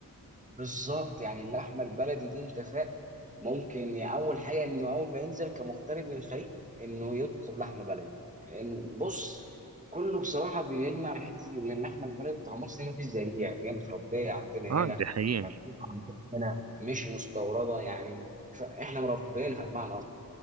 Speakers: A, on the right; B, on the right.
A: بالظبط يعني اللحمه البلدي دي انت فاهم ممكن يعني اول حاجه انه اول ما ينزل كمغترب من الخليج انه يطلب لحمه بلدي لانه بص كله بصراحه بيجمع على حته ان اللحمه البلدي بتاع مصر ما فيش زيها يعني هي متربيه عندنا
B: اه
A: هنا
B: دي حقيقة
A: مبيوتة عندنا هنا مش مستورده يعني ف- احنا مربينها بمعنى